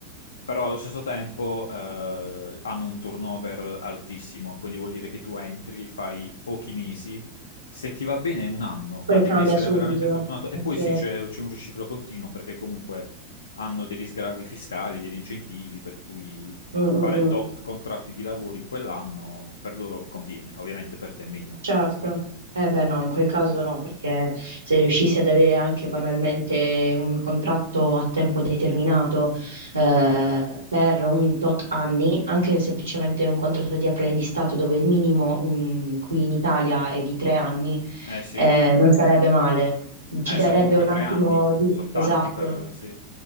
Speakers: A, on the left; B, on the right.
A: Però allo stesso tempo eh, hanno un turnover altissimo, quindi vuol dire che tu entri, fai pochi mesi, se ti va bene è un anno,
B: Poi
A: ma devi
B: cambia
A: essere
B: subito.
A: veramente fortunato. E
B: Ok.
A: poi sì, c'è c'è un riciclo continuo, perché comunque hanno degli sgravi fiscali, degli incentivi, per cui
B: Mm, mm,
A: fare
B: mm.
A: tot contratti di lavoro in quell'anno per loro conviene, ovviamente per te meno.
B: Certo. Eh beh no, in quel caso
A: Eh sì,
B: no, perché se riuscissi ad avere anche banalmente un contratto a tempo determinato eh, per un tot anni, anche semplicemente un contratto di apprendistato dove il minimo mm, qui in Italia è di tre anni,
A: eh sì.
B: eh, non sarebbe male.
A: Eh,
B: Ci darebbe
A: so comunque
B: un
A: tre
B: attimo
A: anni,
B: di...
A: so tanti
B: Esatto,
A: per... Sì.